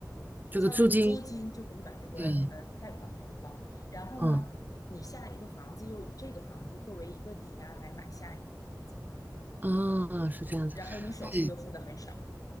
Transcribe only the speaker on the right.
这个租金，
对，
嗯，
啊，是这样子，
哎，